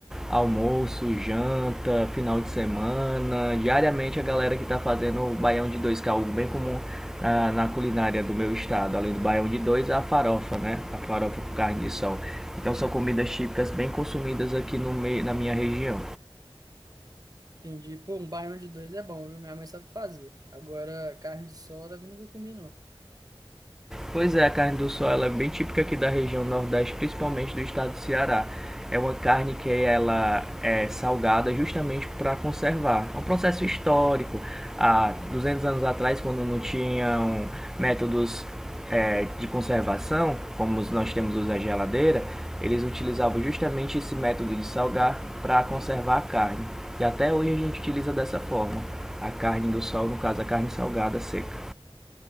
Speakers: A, in the centre; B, on the right.
A: almoço, janta, final de semana, diariamente a galera que está fazendo o baião de dois, que é algo bem comum ah, na culinária do meu estado. Além do baião de dois, a farofa, né? A farofa com carne de sol. Então, são comidas típicas bem consumidas aqui no meio, na minha região.
B: Entendi. Pô, um baião de dois é bom, viu? Minha mãe sabe fazer. Agora, carne de solda eu nunca comi, não.
A: Pois é, a carne do sol ela é bem típica aqui da região Nordeste, principalmente do estado do Ceará. É uma carne que ela é salgada justamente para conservar. É um processo histórico. Há 200 anos atrás, quando não tinham métodos eh, de conservação, como nós temos hoje a geladeira, eles utilizavam justamente esse método de salgar para conservar a carne. E até hoje a gente utiliza dessa forma, a carne do sol, no caso a carne salgada seca.